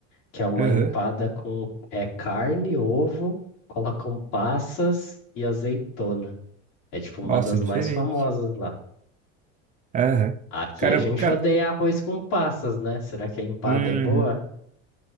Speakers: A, on the left; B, on the right.
A: que é uma
B: Aham.
A: empada com é carne, ovo, colocam passas e azeitona. É tipo uma
B: Nossa,
A: das
B: diferente.
A: mais famosas lá.
B: Aham.
A: Aqui
B: Cara,
A: a gente
B: cara,
A: odeia arroz com passas, né? Será que a empada
B: Uhum.
A: é boa?